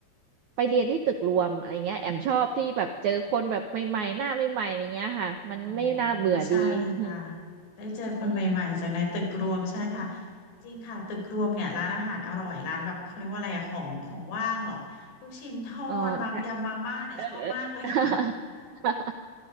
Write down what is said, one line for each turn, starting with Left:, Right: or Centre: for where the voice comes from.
Right: ไปเรียนที่ตึกรวมอะไรเงี้ยแอมชอบที่แบบเจอคนแบบใหม่ๆหน้าใหม่ๆอะไรเงี้ยค่ะมันไม่น่าเบื่อดีอืม
Left: อ๋อใช่ค่ะได้เจอคนใหม่ๆจากในตึกรวมใช่ค่ะ
Right: อืม
Left: จริงค่ะตึกรวมเนี่ยร้านอาหารอร่อยร้านแบบเขาเรียกว่าอะไรอะของของว่างเหรอลูกชิ้นทอดมายำมาม่าเนี่ยชอบมากเลยค่ะ
Right: เออใช่เออเออ <laughs>